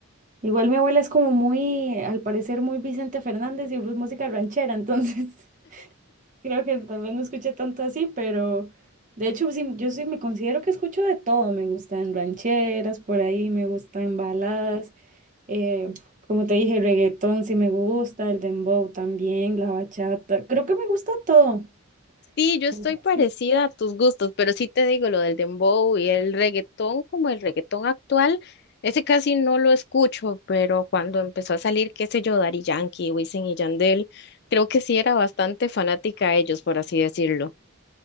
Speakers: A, on the right; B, on the left.
A: Igual mi abuela es como muy, al parecer, muy Vicente Fernández y pues música ranchera, entonces <laughs> creo que tal vez no escuché tanto así, pero de hecho sí, yo sí me considero que escucho de todo, me gustan rancheras por ahí, me gustan baladas, Eh, como te dije, el reggaetón sí me gusta, el dembow también, la bachata. Creo que me gusta todo.
B: Sí, yo
A: podría
B: estoy parecida
A: decir.
B: a tus gustos, pero sí te digo lo del dembow y el reggaetón, como el reggaetón actual, ese casi no lo escucho, pero cuando empezó a salir, qué sé yo, Daddy Yankee, Wisin y Yandel, creo que sí era bastante fanática a ellos, por así decirlo.